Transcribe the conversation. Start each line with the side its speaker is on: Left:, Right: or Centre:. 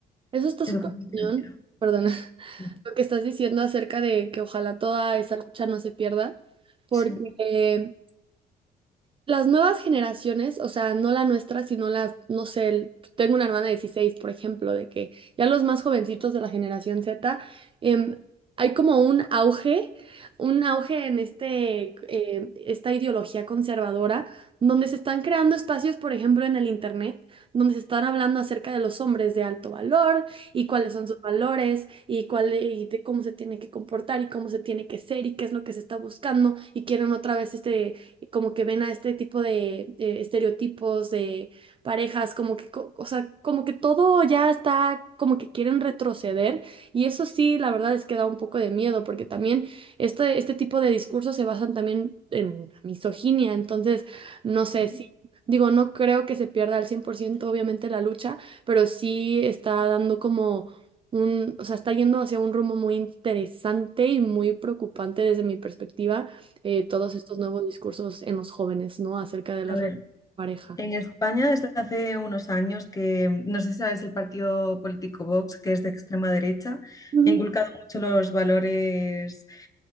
Right: eso está
Left: educación
Right: súper
Left: financiera.
Right: cañón, perdona, <laughs>
Left: Sí,
Right: lo que estás diciendo acerca de que ojalá toda esa lucha no se pierda, porque
Left: sí.
Right: Las nuevas generaciones, o sea, no la nuestra, sino las, no sé, el- tengo una hermana de 16, por ejemplo, de que ya los más jovencitos de la generación Z, em, hay como un auge, un auge en este, em, esta ideología conservadora, donde se están creando espacios, por ejemplo, en el Internet, donde se están hablando acerca de los hombres de alto valor y cuáles son sus valores y, cuál, y de cómo se tiene que comportar y cómo se tiene que ser y qué es lo que se está buscando y quieren otra vez este como que ven a este tipo de eh, estereotipos de parejas, como que, co- o sea, como que todo ya está, como que quieren retroceder y eso sí, la verdad es que da un poco de miedo porque también este, este tipo de discursos se basan también en misoginia, entonces, no sé
Left: sí.
Right: si... Digo, no creo que se pierda al 100% obviamente la lucha, pero sí está dando como un, o sea, está yendo hacia un rumbo muy interesante y muy preocupante desde mi perspectiva, eh, todos estos nuevos discursos en los jóvenes, ¿no? Acerca de la
Left: A ver,
Right: relación de pareja.
Left: En España, desde hace unos años que, no sé si sabes, el partido político Vox, que es de extrema derecha,
Right: Ujú.
Left: ha inculcado mucho los valores